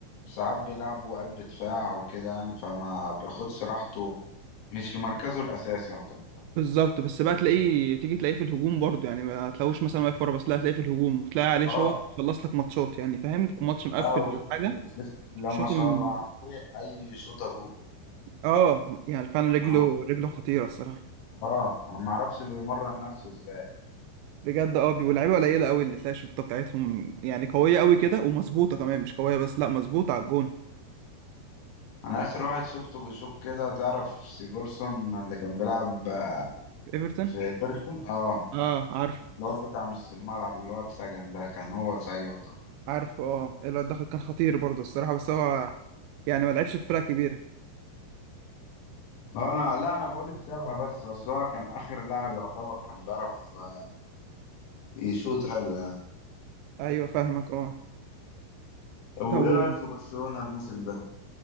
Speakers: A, on the left; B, on the right.
A: ساعات بيلعبوا قلب دفاع وكده يعني فما بياخدش راحته مش في مركزه الأساسي يعتبر
B: بالظبط بس بقى تلاقيه تيجي تلاقيه في الهجوم برضه يعني ما هتلاقوش مثلا واقف ورا بس لا هتلاقيه في الهجوم وتلاقي عليه
A: اه
B: شوط خلص لك ماتشات يعني فاهم ماتش مقفل
A: لا وجسم
B: ولا حاجه
A: جسم لا
B: شوط
A: ما شاء
B: من
A: الله عليه أي شوطة جول
B: اه يعني فعلا رجله
A: اه
B: رجله خطيره الصراحه
A: آه، انا ما اعرفش بيمرن نفسه ازاي
B: بجد اه بي- واللعيبه قليله قوي اللي تلاقي الشوطه بتاعتهم يعني قويه قوي كده ومظبوطه كمان مش قويه بس لا مظبوطه على الجون
A: انا اخر واحد شفته بشوك كده تعرف سيجورسون اللي كان بيلعب آه،
B: ايفرتون
A: في بيرسون اه
B: اه عارف
A: الواد بتاع نص الملعب اللي هو اتسجن ده كان هو زيه يعتبر
B: عارفه اه الواد دخل كان خطير برضه الصراحة بس هو يعني ما لعبش في فرقة كبيرة
A: انا لا انا بقول الشبه بس اصل هو كان اخر لاعب يعتبر كان بيعرف آه، يشوط حلو يعني
B: ايوه فاهمك اه
A: طب وايه
B: طب و-
A: رايك في برشلونه الموسم ده